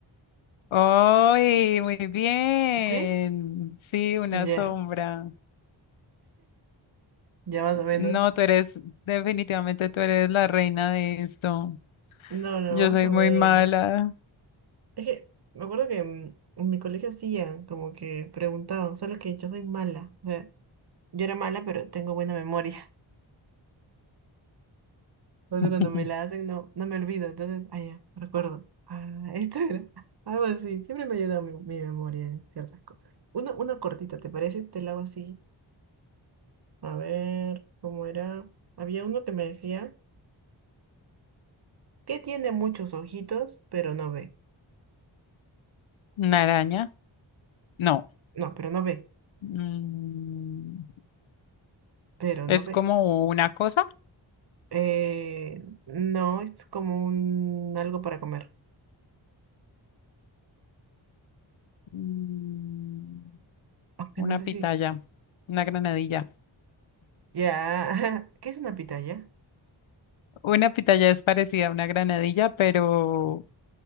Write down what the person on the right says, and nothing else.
¿Sí?
Ya,
ya más o menos.
No, no,
más
o
menos.
Es que me acuerdo que mm, en mi colegio hacían como que preguntaban, solo que yo soy mala. O sea, yo era mala, pero tengo buena memoria. Por eso
cuando me la hacen no, no me olvido. Entonces, ah, ya, recuerdo. Ah, esto era <laughs> algo así. Siempre me ayuda mi, mi memoria en ciertas cosas. Una, una cortita, ¿te parece? Te la hago así. A ver, ¿cómo era? Había uno que me decía que tiene muchos ojitos, pero no ve.
No, pero no ve.
Pero
no ve.
Eh, no, es como un algo para comer.
Aunque
no sé
si.
Ya. <laughs> ¿Qué es una pitaya?